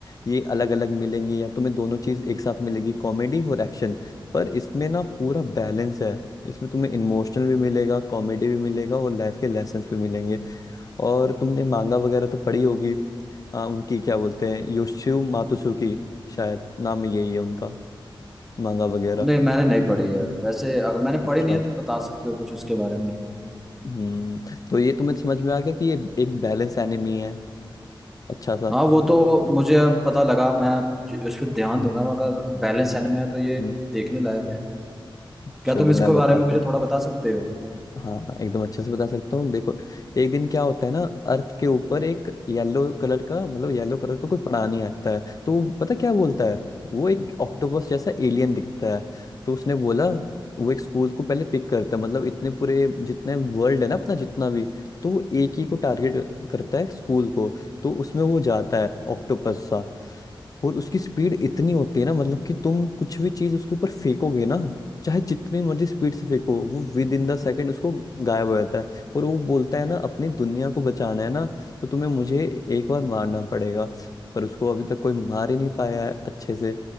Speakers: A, on the left (about 40°); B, in the centre.
A: ये अलग अलग मिलेंगे या तुम्हें दोनों चीज एक साथ मिलेगी कॉमेडी और एक्शन पर इसमें ना पूरा बैलेंस है इसमें तुम्हें इमोशनल भी मिलेगा कॉमेडी भी मिलेगा और लाइफ के लेसन्स भी मिलेंगे और तुमने मांगा वगैरह तो पढ़ी होगी आ, उनकी क्या बोलते हैं योशियो मातसुकी शायद नाम यही है उनका मांगा वगैरह
B: नहीं मैंने नहीं पढ़ी है वैसे अगर मैंने
A: अच्छा
B: पढ़ी नहीं है तुम बता सकते हो कुछ उसके बारे में
A: हम्म तो ये तुम्हें समझ में आ गया कि ये एक बैलेंस एनिमी है अच्छा सा
B: हाँ वो तो मुझे अब पता लगा मैं ज- इस पर ध्यान दूंगा मगर बैलेंस एनमे में है तो ये
A: हम्म
B: देखने लायक है क्या
A: चलो
B: तुम इसके
A: मैं बताता
B: बारे में मुझे
A: हूँ
B: थोड़ा बता सकते हो
A: हाँ हाँ, एकदम अच्छे से बता सकता हूँ देखो एक दिन क्या होता है ना अर्थ के ऊपर एक येलो कलर का मतलब येलो कलर का कोई प्राणी आता है तो वो पता क्या बोलता है वो एक ऑक्टोपस जैसा एलियन दिखता है तो उसने बोला वो एक स्कूल को पहले पिक करता है मतलब इतने पूरे जितने वर्ल्ड है ना अपना जितना भी तो वो एक ही को टारगेट करता है स्कूल को तो उसमें वो जाता है ऑक्टोपस सा और उसकी स्पीड इतनी होती है ना मतलब कि तुम कुछ भी चीज उसके ऊपर फेंकोगे ना चाहे जितनी मर्जी स्पीड से फेंको वो विद इन द सेकेंड उसको गायब हो जाता है और वो बोलता है ना अपनी दुनिया को बचाना है ना तो तुम्हें मुझे एक बार मारना पड़ेगा पर उसको अभी तक कोई मार ही नहीं पाया है अच्छे से